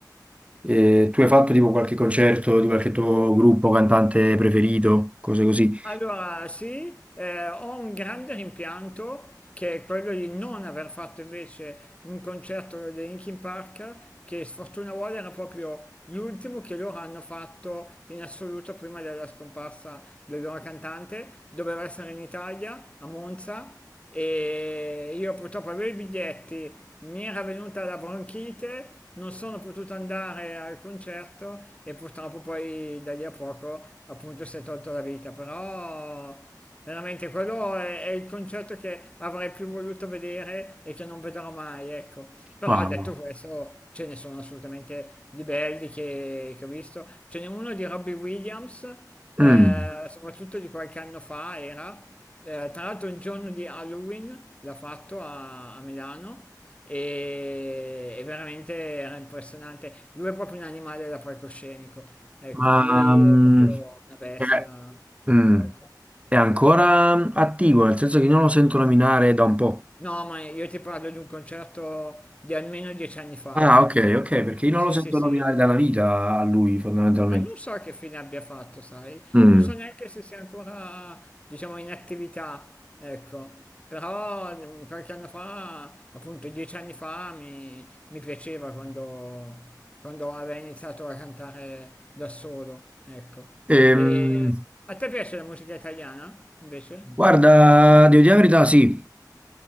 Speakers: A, on the right; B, on the left.
A: Eh, tu hai fatto tipo qualche concerto di qualche tuo gruppo, cantante preferito, cose così?
B: Allora, sì, eh, ho un grande rimpianto che è quello di non aver fatto invece un concerto dei Linkin Park che sfortuna vuole era proprio l'ultimo che loro hanno fatto in assoluto prima della scomparsa del loro cantante. Doveva essere in Italia, a Monza, e io purtroppo avevo i biglietti, mi era venuta la bronchite, non sono potuto andare al concerto e purtroppo poi da lì a poco appunto si è tolto la vita, però veramente quello è, è il concerto che avrei più voluto vedere e che non vedrò mai, ecco. Però
A: Wow.
B: detto questo ce ne sono assolutamente di belli che, che ho visto, ce n'è uno di Robbie Williams, eh,
A: Mm,
B: soprattutto di qualche anno fa era eh, tra l'altro il giorno di Halloween l'ha fatto a, a Milano e, e veramente era impressionante. Lui è proprio un animale da palcoscenico, ecco,
A: ma
B: lui
A: mm,
B: è proprio una bestia
A: è,
B: sul
A: mm,
B: palco.
A: è ancora attivo, nel senso che io non lo sento nominare da un po'.
B: No, ma io ti parlo di un concerto di almeno dieci anni fa,
A: Ah,
B: eh.
A: ok, ok, perché io
B: Sì,
A: non lo sento
B: sì, sì.
A: nominare da una vita a lui, fondamentalmente.
B: Ah, non so che fine abbia fatto, sai?
A: Mm.
B: Non so neanche se sia ancora, diciamo, in attività, ecco. Però mm, qualche anno fa, appunto dieci anni fa, mi, mi piaceva quando, quando aveva iniziato a cantare da solo, ecco.
A: Ehm,
B: E a te piace la musica italiana, invece?
A: guarda, devo dire la verità, sì,